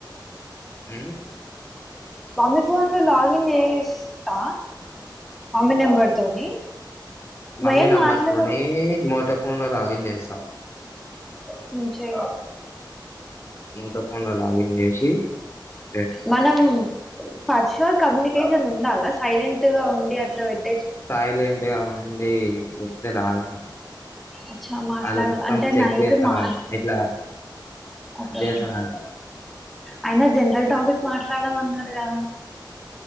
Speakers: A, on the left; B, in the centre.
A: హ్మ్
B: మమ్మీ ఫోన్ లో లాగిన్ చేస్తా మమ్మీ నెంబర్ తోని
A: మమ్మీ
B: మేం
A: నంబర్తోనే
B: మాట్లాడ
A: మోటో ఫోన్లో లాగిన్ చేసా
B: హ్మ్ చేయి
A: మోటో ఫోన్లో లాగిన్ చేసి చేస్తా
B: మనం పర్షత్ కమ్యూనికేషన్ ఉండాలా సైలెంట్ గా ఉండి అట్ల బెట్
A: సాయిల్ ఏంటి ఆ అండి చెప్తే రాదంట
B: అచ్చా మాట్లాడాలి
A: వాళ్ళు మొత్తం
B: అంటే
A: చెక్
B: నైట్
A: జేస్తారా
B: మా
A: ఇట్లా
B: ఓకే
A: అద్ జేస్తారా
B: ఓకే
A: అంట
B: అయినా జనరల్ టాపిక్ మాట్లాడమన్నారు గదా